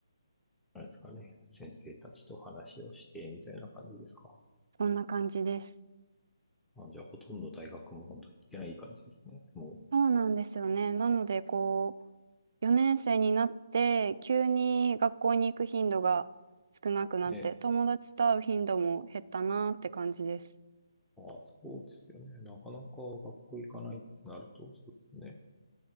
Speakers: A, in the centre; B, on the right.
A: あれですかね、先生たちと話をして、みたいな感じですか。
B: そんな感じです。
A: あ、じゃあ、ほとんど大学も本当に行ってない感じですね。も
B: そうなんですよね。なので、こう、4年生になって、急に学校に行く頻度が少なくなって、
A: う。ええ。
B: 友達と会う頻度も減ったなって感じです。
A: ああ、そうですよね。なかなか学校行かないってなると、そうですね。